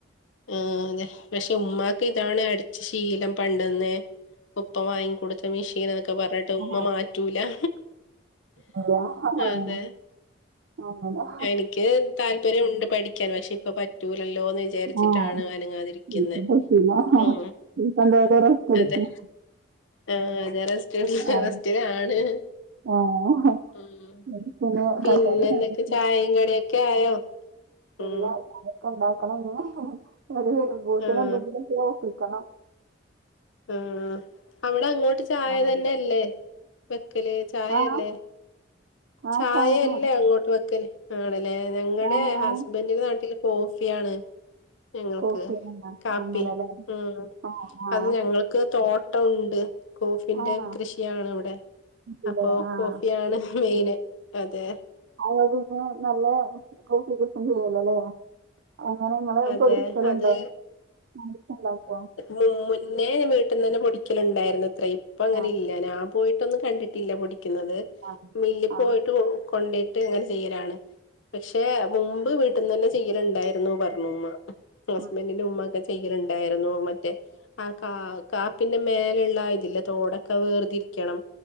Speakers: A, on the left; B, on the right.
A: ആഹ് അതെ പക്ഷേ ഉമ്മാക്ക് ഇതാണ് അടി ച്ച് ശീലം പണ്ടന്നേ ഉപ്പ വാങ്ങിക്കൊടുത്ത മെഷീനാന്നൊക്കെ പറഞ്ഞിട്ട് ഉമ്മ
B: ആഹ്
A: മാറ്റൂലാ
B: ആഹ്
A: അതെ
B: അങ്ങനെ.
A: എനിക്ക് താല്പര്യം ഉണ്ട് പഠിക്ക ക്കാന് പക്ഷേപ്പ പറ്റൂലല്ലോന്ന് വിചാ വിചാരിച്ചിട്ടാണ്
B: ആഹ്
A: അനങ്ങാതിരിക്കുന്നെ
B: ഇപ്പൊ പറ്റൂല.
A: ഉം
B: ഇപ്പൊ എന്തായാലും റെസ്റ്റ് എടുക്കും.
A: അതെ ആഹ് അതേ റെസ്റ്റ്
B: ആഹ്.
A: റസ്റ്റിലാണ്
B: ആഹ്.
A: ഉം
B: പിന്നെ
A: പിന്നെന്തൊക്കെ
B: പറ്റാത്ത സമയത്ത്
A: ചായയും കടിയൊക്കെ ആയോ
B: ഇല്ലാ
A: ഉം
B: <unintelligible> ഒക്കെണ്ടാക്കണൊള്ളൂ ഓല് വരുമ്പോത്തിന്
A: ആഹ്
B: എന്തെങ്കിലും ഓപ്പിക്കണം
A: ഉം അവിടെ അങ്ങോട്ട് ചായ
B: അങ്ങനെ.
A: തന്നെഅല്ലേ വെക്കല് ചായയല്ലേ
B: ആഹ് ആഹ്
A: ചായയല്ലേ
B: ചായന്നോ?
A: അങ്ങോട്ട് വെക്കല് ആണല്ലേ ഞങ്ങളുടെ
B: ആഹ്
A: ഹസ്ബന്റ്ന്റെ
B: ആഹ്
A: നാട്ടില് കോഫിയിയാണ് ഞങ്ങൾക്ക്
B: കോഫി ആണോ?
A: കാപ്പി
B: അങ്ങനെല്ലേ.
A: ഉം
B: ആഹ് ആഹ്.
A: അത് ഞങ്ങൾക്ക് തോ ട്ട ഉണ്ട് കോഫിന്റെ
B: ആഹ്
A: കൃഷിയാണ് ഇവിടെ
B: ഇല്ലേ
A: അപ്പോ
B: ആഹ്.
A: കോഫിയാണ് മെയിന് അതേ
B: <unintelligible> നല്ല കോഫി കിട്ടും ചെയ്യല്ലോലേ അങ്ങനെ ഇങ്ങള്
A: അതെ
B: പൊടിക്കലുണ്ടോ
A: അത്
B: <unintelligible>
A: മുമ്മുന്നേ വീട്ടിൽ നിന്ന് തന്നെ പൊടിക്കലുണ്ടായിരുന്നുത്രയും ഇപ്പ അങ്ങനെ
B: ആ
A: ഇല്ല ഞാൻ പോയിട്ടൊന്നും കണ്ടിട്ടില്ല പൊടിക്കുന്നത്
B: ആ
A: മില്ല്
B: ആ
A: പോയിട്ട് കൊണ്ടോയിട്ട് ഇങ്ങനെ ചെയ്യലാണ് പക്ഷേ മുമ്പ് വീട്ടിന്നന്നെ ചെയ്യലുണ്ടായിരുന്നു പറഞ്ഞുമ്മ ഹസ്ബന്റിന്റെ
B: ഉം.
A: ഉമ്മ ഒക്കെ ചെയ്യലുണ്ടായിരുന്നു മറ്റേ ആ കാ കാ പിന്നെ മേലള്ള ഇതില്ലേ തോടൊക്കെ വേർതി ക്കണം